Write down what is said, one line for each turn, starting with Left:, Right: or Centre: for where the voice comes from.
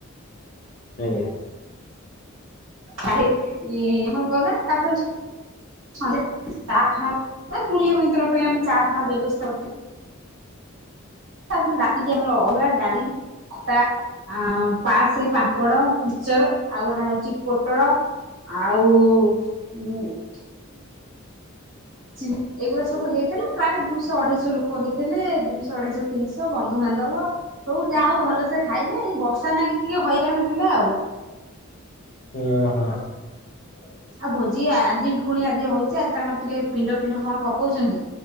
Left: ଆଜ୍ଞା।
Right: <unintelligible> ଗଲା ତାପରେ <unintelligible> କୁଣିଆ ମଇନ୍ତର ପାଇ ଚା ଫାହା ବ୍ୟବସ୍ଥା କର ତାପରେ ରାତିକି ଆମର ଅଲଗା ଡାଲି। ଖଟା ଆ ପାସ ପାମ୍ପଡ ମିକଚର ଆଉ ଗୋଟା ହଉଛି ପୋଟଳ। ଆଉ ଚିଙ୍ଗ ଏଇଗୁଡା ସବୁ ହେଇଥିଲା ପ୍ରାୟ ଦୁଇଶହ, ଅଢେଇଶହ ଲୋକ ହେଇଥିଲେ ଦୁଇଶହ, ଅଢେଇଶହ, ତିନିଶହ ବନ୍ଧୁବାନ୍ଧବ। ସବୁ ଯାହା ହଉ ଭଲସେ ଖାଇଲେ ଏଇ ବର୍ଷା ନାଗି ଟିକେ ହଇରାଣ ହେଲେ ଆଉ।
Left: ହଁ ହଁ।
Right: ହ ଆଉ ଭୋଜି ଆଜି ପୁଣି ଆଜି ହଉଛି ଆ ତାଙ୍କର ଟିକେ ପିଣ୍ଡ ଫିଣ୍ଡ କଣ ପକଉଛନ୍ତି।